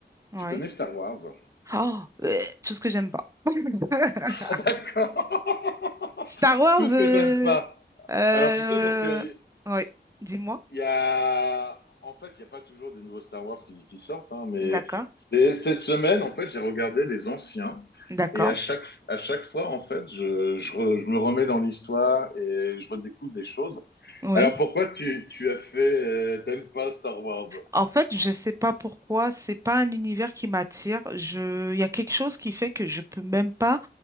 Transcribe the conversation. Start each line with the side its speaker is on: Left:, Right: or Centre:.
Right: Ouais.
Left: tu connais Star Wars? <laughs>
Right: Oh, euh, tout ce que j'aime pas. <laughs>
Left: Ah, D'accord.
Right: Star
Left: <laughs>
Right: Wars.
Left: Tout ce
Right: Euh...
Left: que t'aimes pas.
Right: euh,
Left: Alors tu sais, parce que
Right: Ouais. Dis-moi.
Left: il y a. En fait, il n'y a pas toujours des nouveaux Star Wars qui, qui sortent, hein, mais
Right: D'accord.
Left: c'est- cette semaine, en fait, j'ai regardé des anciens.
Right: D'accord.
Left: Et à chaque, à chaque fois, en fait, je, je, re- je me remets dans l'histoire et je redécouvre des choses.
Right: Oui.
Left: Alors pourquoi tu, tu as fait. euh, T'aimes pas Star Wars?
Right: En fait, je sais pas pourquoi, c'est pas un univers qui m'attire. Je, il y a quelque chose qui fait que je peux même pas